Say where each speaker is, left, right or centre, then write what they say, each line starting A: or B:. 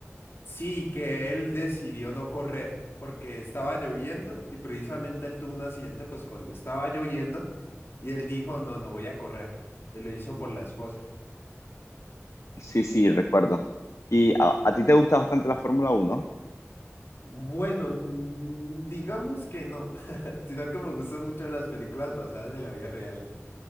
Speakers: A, on the left; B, on the left.
A: Sí, que él decidió no correr porque estaba lloviendo y precisamente él tuvo un accidente pues cuando estaba lloviendo y él dijo, no, no voy a correr. Y lo hizo por la esposa.
B: Sí, sí, recuerdo. ¿Y a, a ti te gusta bastante la Fórmula Uno.
A: Bueno, mm, digamos que no, <laughs> sino que me gustan mucho las películas basadas en la vida real.